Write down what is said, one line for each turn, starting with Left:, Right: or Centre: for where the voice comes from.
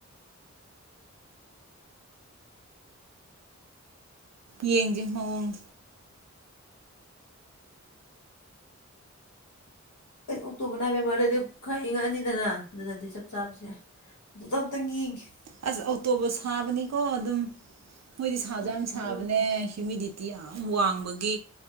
Right: ꯌꯦꯡꯖꯑꯣꯡ
Left: ꯑꯩ ꯑꯣꯛꯇꯣꯕꯔ ꯅꯕꯦꯝꯕꯔꯗꯗꯤ ꯈꯔ ꯏꯪꯉꯛꯑꯅꯤꯗꯅ ꯑꯗꯨꯗꯗꯤ ꯆꯞ ꯆꯥꯕꯁꯦ ꯑꯗꯨꯇ ꯑꯝꯇꯪ ꯌꯦꯡꯒꯦ
Right: ꯑꯁ ꯑꯣꯇꯣꯕꯨ ꯁꯥꯕꯅꯤꯀꯣ ꯑꯗꯨꯝ ꯃꯣꯏꯗꯤ ꯁꯥꯁꯨ
Left: ꯍꯣꯏ
Right: ꯌꯥꯝ ꯁꯥꯕꯅꯦ
Left: ꯑꯗꯨꯕꯨꯗꯤ
Right: ꯍꯤꯌꯨꯃꯤꯗꯤꯇꯤ ꯤ ꯌꯥꯝ ꯋꯥꯡꯕꯒꯤ